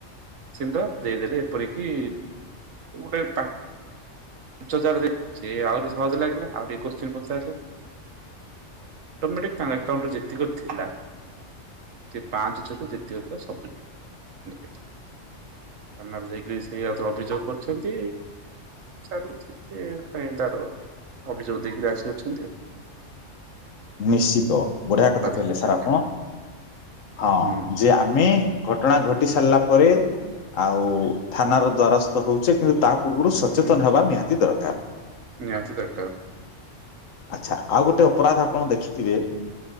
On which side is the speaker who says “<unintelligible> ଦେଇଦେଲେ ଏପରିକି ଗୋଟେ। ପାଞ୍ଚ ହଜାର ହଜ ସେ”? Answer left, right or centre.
Right